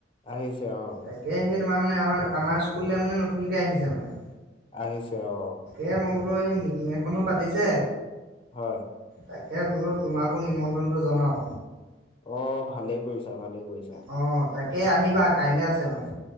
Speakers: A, on the left; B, on the right.
A: আহিছে অ
B: তাকে সেই তোমাৰ মানে আমাৰ আমাৰ স্কুললৈ মানে নতুনকে আহিছে মানে
A: আহিছে অ।
B: এ মই বোলো এই মিটিং এখনো পাতিছে।
A: হয়।
B: তাকে বোলো তোমাকো নিমন্ত্ৰণটো জনাও।
A: অ ভালে কৰিছাঁ ভালে কৰিছাঁ।
B: অ তাকে আহিবা কাইলৈ আছে মানে